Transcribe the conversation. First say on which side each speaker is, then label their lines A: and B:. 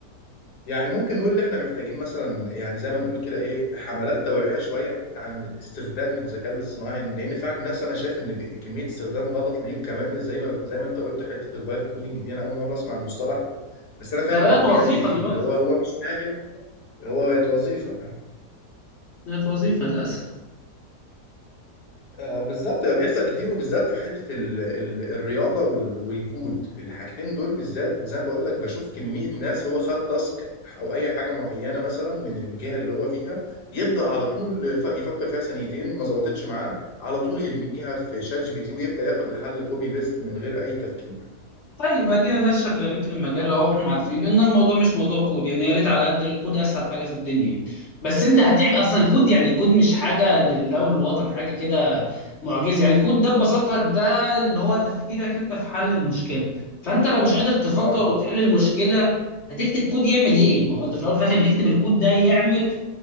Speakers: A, on the left; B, on the left.
A: يعني ممكن نقول ان احنا محتاجين مثلا يعني زي ما نقول كده ايه حملات توعية شوية عن استخدام الذكاء الاصطناعي لان فعلا الناس انا شايف ان بي- كمية استخدام غلط ليه وكمان زي ما زي ما انت قلت حتة الفايب كودنج دي انا اول مرة اسمع المصطلح بس انا فاهم
B: ده بقت
A: هو بيعمل
B: وظيفة
A: ايه
B: دلوقتي
A: اللي هو هو مش فاهم هو بقت وظيفة
B: بقت وظيفة للأسف
A: آه، بالظبط بيحصل كتير وبالذات في حته ال ال الرياضه وال والكود الحاجتين دول بالذات زي ما بقول لك بشوف كميه ناس هو خد تاسك او اي حاجه معينه مثلا من الجهه اللي هو فيها يبدا على طول ف- يفكر فيها ثانيتين ما ظبطتش معاه على طول يرميها في شات جي بي تي ويبدا ياخد الحل كوبي بيست من غير اي تفكير
B: طيب ادينا الناس شغالين في المجال اهو احنا عارفين ان الموضوع مش موضوع كود يعني يا ريت على قد الكود اسهل حاجه في الدنيا يعني بس انت هتعمل اصلا الكود يعني الكود مش حاجه لله وللوطن حاجه كده معجزه يعني الكود ده ببساطه ده اللي هو تفكيرك انت في حل المشكله فانت لو مش قادر تفكر
A: صح
B: وتحل المشكله هتكتب كود يعمل ايه؟ ما هو انت في الاول وفي الاخر بتكتب الكود ده يعمل